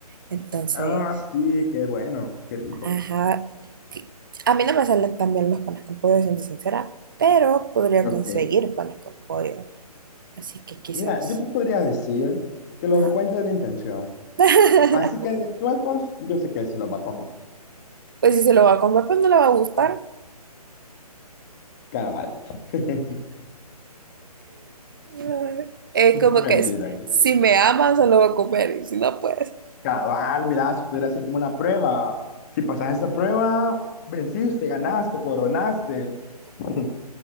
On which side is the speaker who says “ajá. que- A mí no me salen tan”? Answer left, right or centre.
Right